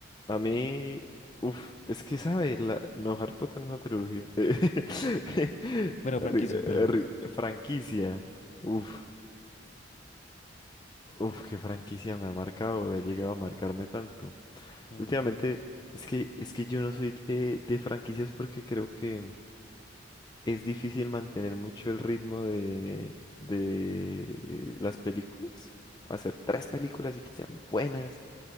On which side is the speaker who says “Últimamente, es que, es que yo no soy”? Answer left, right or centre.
Left